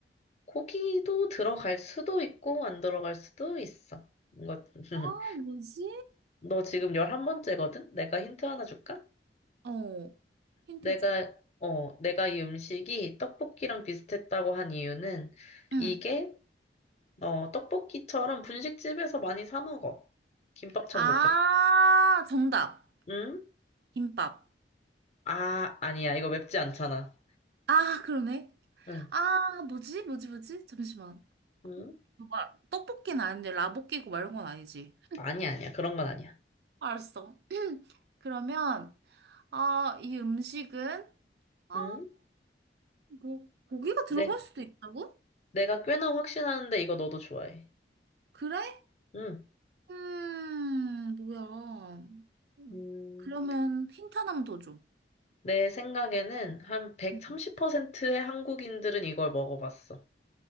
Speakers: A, on the left (about 40°); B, on the right (about 65°).
A: 고기도 들어갈 수도 있고 안 들어갈 수도 있어. 뭔가 <laughs>
B: 아, 뭐지?
A: 너 지금 열한 번째거든 내가 힌트 하나 줄까?
B: 어, 힌트
A: 내가,
B: 줘.
A: 어, 내가 이 음식이 떡볶이랑 비슷했다고 한 이유는
B: 응.
A: 이게 어, 떡볶이처럼 분식집에서 많이 사 먹어. 김밥 천국
B: 아,
A: 같
B: 정답.
A: 응?
B: 김밥.
A: 아, 아니야. 이거 맵지 않잖아.
B: 아, 그러네.
A: 응.
B: 아, 뭐지? 뭐지? 뭐지? 잠시만.
A: 응?
B: 뭐 말- 떡볶이는 아닌데, 라볶이고 말이건 아니지.
A: 아니야, 아니야. 그런 건 아니야.
B: 알았어. <clears throat> 그러면, 아, 이 음식은, 아,
A: 응?
B: 뭐, 고기가 들어갈
A: 내,
B: 수도 있다고?
A: 내가 꽤나 확신하는데 이거 너도 좋아해.
B: 그래?
A: 응.
B: 음, 뭐야. 음,
A: 음,
B: 그러면 힌트 하나만 더 줘.
A: 내 생각에는 한 130%의
B: <laughs>
A: 한국인들은 이걸 먹어봤어.